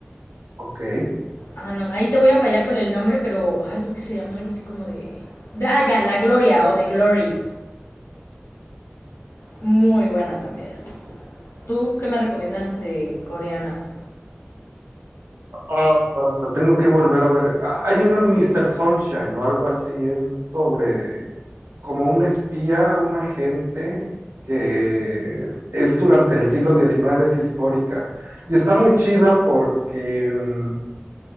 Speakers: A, on the right; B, on the left.
A: ok.
B: Ah, no, ahí te voy a fallar con el nombre, pero ay, creo que se llama algo así como de... de- ah, ya, La Gloria o The Glory. Muy buena también. ¿Tú qué me recomiendas de coreanas?
A: Ah, tengo que volver a ver. Ah, Hay una Mr. Sunshine o algo así. Es sobre como un espía, un agente que es durante el siglo XIX, es histórica. Y está
B: Ok.
A: muy chida porque, mm,